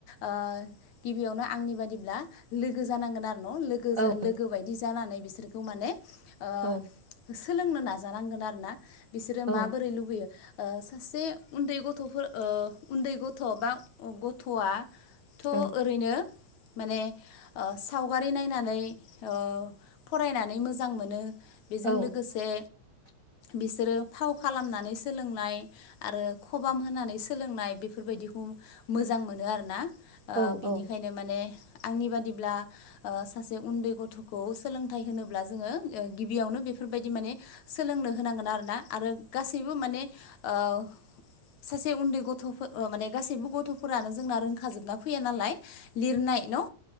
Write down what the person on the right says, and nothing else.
औ
औ
औ
औ
औ
<inaudible>
औ
औ औ